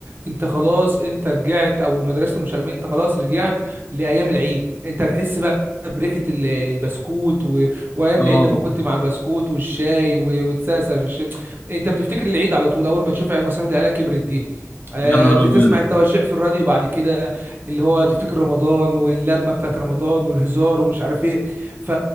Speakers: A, on the right (about 40°); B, on the left (about 30°).
A: انت خلاص انت رجعت او مدرسه المشاغبين انت خلاص رجعت لايام العيد انت هتحس بقى بريحة ال- البسكوت و... وأيام
B: اه
A: العيد لما كنت مع البسكوت والشاي و... وتسقسق في الشن انت بتفتكر العيد على طول اول ما تشوف مسرحيه العيله كبرت دي آه،
B: يا نهار
A: تسمع
B: ابيض
A: التواشيح في الراديو بعد كده اللي هو تفتكر رمضان واللمه بتاعت رمضان والهزار ومش عارف ايه ف